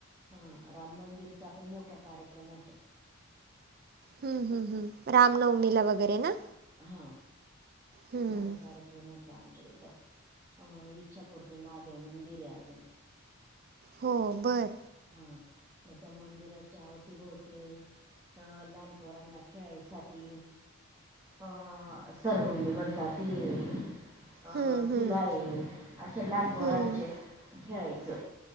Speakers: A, on the right; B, on the right.
A: हा राम मंदिरचा पण मोठा कार्यक्रम होतो.
B: हम् हम्म हम् रामनवमीला वगैरे ना?
A: हा
B: हं,
A: मोठा कार्य क्रम होतो आमच्या इथ अ इच्छापूर्ती महादेव मंदिर आहे. अजून
B: हो बरं.
A: हा मग त्या मंदिराच्या अवतीभोवती अ लहानपोरांना खेळायसाठी अ सरगुंडी म्हणतात ती आहे. अ
B: हं, हं,
A: झुलाय अशे लहान पोरांचे
B: हं,
A: खेळायचं.